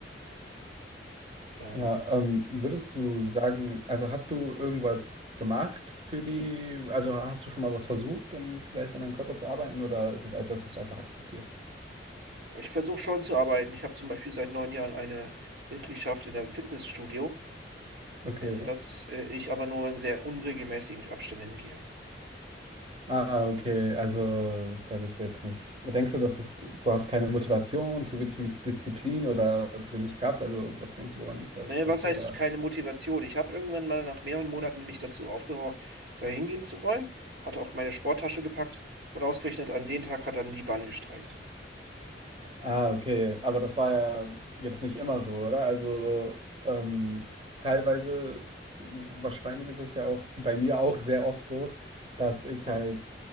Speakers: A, on the right (about 65°); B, on the right (about 30°).
A: Ähm,
B: Ja, ähm, würdest du sagen, also hast du irgendwas gemacht für die, also hast du schon mal was versucht, um vielleicht an deinem Körper zu arbeiten oder ist das etwas, was du einfach akzeptierst?
A: ich versuche schon zu arbeiten. Ich habe zum Beispiel seit neun Jahren eine Mitgliedschaft in einem Fitnessstudio,
B: Okay.
A: in das äh, ich aber nur in sehr unregelmäßigen Abständen hingehe.
B: Ah, okay, also da bist du jetzt nicht. Denkst du, dass es, du hast keine Motivation, zu wenig mit Disziplin oder zu wenig Kraft? Also was denkst du, woran liegt das,
A: Ne,
B: dass
A: was
B: du
A: heißt
B: da
A: keine Motivation? Ich habe irgendwann mal nach mehreren Monaten mich dazu aufgeraucht, da hingehen zu wollen, hatte auch meine Sporttasche gepackt und ausgerechnet an den Tag hat dann die Bahn gestreikt.
B: Ah, okay. Aber das war ja jetzt nicht immer so, oder? Also ähm, teilweise, wahrscheinlich ist es ja auch bei mir auch sehr oft so, dass ich halt